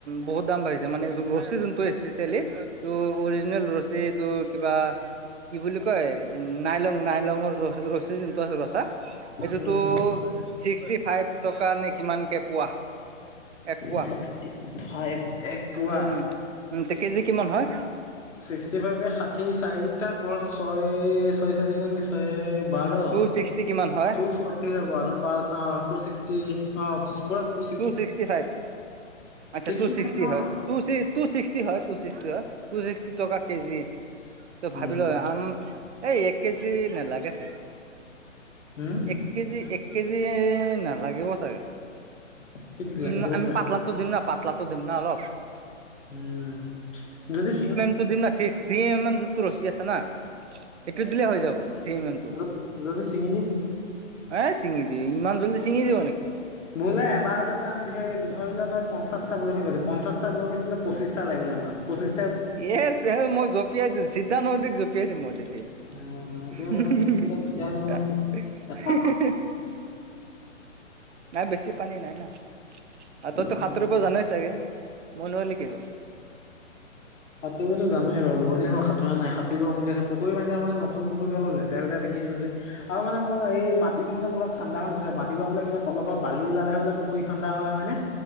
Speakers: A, on the right (about 60°); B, on the left (about 70°).
A: বহুত দাম বাঢ়িছে মানে ৰছী যোনটো স্পেচিয়েলি ত অৰিজিনেল ৰচী যে এইতো কিবা কি বুলি কয়, নাইলং নাইলঙৰ ৰ ৰচী <unintelligible> এইটোতো
B: উম
A: ছিক্সটি ফাইভ টকা নে কিমানকে পোৱা। এক পোৱা
B: ছিক্সটি ফাইভ এক পুৱা।
A: উম উম তে কেজি কিমান হয়?
B: ছিক্সটি ফাইভে ষাঠি চাৰিটা ক ছয় ছয় চাৰি গুন নে ছয় বাৰ।
A: টু ছিক্সটি কিমান হয়
B: টু ফৰ্টি হ'ব আৰু পাঁচ অ টু ছিক্সটি অ <unintelligible>
A: টু ছিক্সটি ফাইভ আচ্ছা
B: ছিক্সটি
A: টু
B: ফাইভ নহয়।
A: হয় টু <unintelligible> টু ছিক্সটি টকা কেজি। ত ভাবিলো
B: উম,
A: আম, এই এক কেজি নেলাগে চাগে।
B: হম।
A: এক কেজি এক কেজি নালাগিব চাগে।
B: কি ঠিক
A: উম
B: লাগি যাব
A: আমি
B: পাৰে
A: পাতলাটো দিম না পাত পাতলাটো ডিম না অলপ। <unintelligible>
B: উম, যদি চিঙি
A: টো দিম না থ থ্ৰী এম এম যোনতটো ৰচী আছে না সেইটো দিলে হৈ যাব। থ্ৰী এম এম টো।
B: যদি যদি ছিঙি দিয়ে?
A: এ চিঙি দিয়ে, ইমান জল্দি চিঙি দিব নেকি?
B: বোলে এবাৰতে বোলে আমি ধেৰ ধৰি লো তই পঞ্চাশটা বৰশী বাইলি পঞ্চাশটা বৰশী বোলে পঁচিছ তা লাগিল মাছ পচিছ
A: এ চে মই জোপি দি চিধা নদীত জপিয়াই দিম মই তেতিয়া।
B: অ' এইটোৱে
A: <unintelligible>
B: কথা চিঙি দিলে দিগদাৰ হৈ যাব নহয় এটা মাছ
A: নাই বেছি পানী নাই না। আৰু তইতো
B: উম,
A: সাঁতৰিব জানোৱাই চাগে? মই নোৱাৰিলো কি হ'ল।
B: সতুবটো জানোৱ বাৰু বহু দিন হ'ল সতৰা নাই। সতুৰিব মন গছে পুখুৰীনে মানে আমৰ নতুন পুুখুৰীটো অলপ লেতে তেওঁলকে দেখি আছে যে। আৰু মানে মোৰ এই মাটিটো মানে পুৰা খন্দা নাছিলে। মাটিৰ পৰা বোলে কিবা তলৰ পৰা বালি ওলালে বোলে পুখুৰী খন্দা হয়, হয়নে?